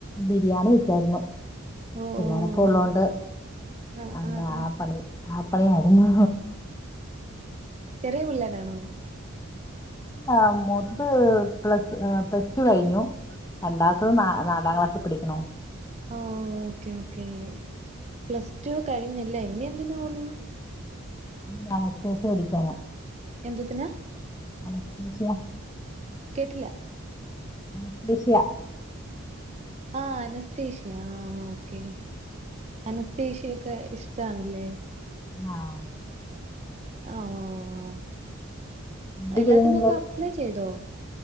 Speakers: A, on the left; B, on the right.
A: ബിരിയാണി വെച്ചായ്രുന്നു
B: ഓ
A: പിള്ളാരൊക്ക
B: ഓ
A: ഒള്ളോണ്ട്
B: ഓ ആഹ്
A: അന്ന്
B: ആഹ്
A: ആ പണി ആ പണിയായിരുന്നു
B: ചെറിയ പിള്ളേരാണോ
A: ആഹ് മൂത്തത് പ്ലസ് ആഹ് പ്ലസ് ടു കഴിഞ്ഞു രണ്ടാമത്തത് നാലാ നാലാം ക്ലാസ്സിൽ പഠിക്കുന്നു
B: ഓഹ് ഓക്കേ ഓക്കേ പ്ലസ് ടു കഴിഞ്ഞല്ലേ ഇനി എന്തിനു പോകുന്നു
A: ഉം <unintelligible>
B: എന്തത്തിനാ
A: അനസ്ത്തേഷ്യ
B: കേട്ടിൽ
A: അനസ്തേഷ്യ
B: ആഹ് അനസ്തേഷ്യ ആഹ് ഓക്കെ അനസ്തേഷ്യയൊക്കെ ഇഷ്ടാണല്ലേ?
A: ആഹ്
B: ആഹ്
A: എന്ത്
B: എല്ലാത്തിനും
A: ചെയ്യുന്നു നിങ്ങള്
B: ഒക്കെ അപ്ലൈ ചെയ്തോ?